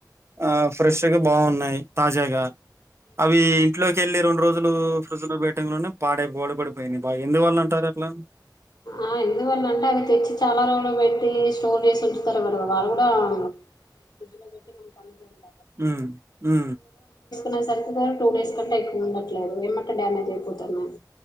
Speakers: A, on the right; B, on the left.
A: ఆ ఫ్రెష్గా బాగున్నాయి తాజాగా అవి ఇంట్లోకి వెళ్ళి రెండు రోజులు ఫ్రిడ్జ్ లో పెట్టంగానే పాడే బోడ పడిపోయి బాగా ఎందు వాళ్ళు అంటారు అట్లా
B: ఆ ఎందువల్ల అంటే అవి తెచ్చి చాలా రోజులు పెట్టి స్టోర్ చేసి ఉంచుతారు కద వాళ్ళు కూడా ఫ్రిడ్జ్ లో పెట్టి మన ప
A: ఉ ఉ
B: నా సరుకు పోను టూ డేస్ కంటే ఎక్కువ ఉండట్లేదు ఏమటే డమేజ్ అయిపోతునాయి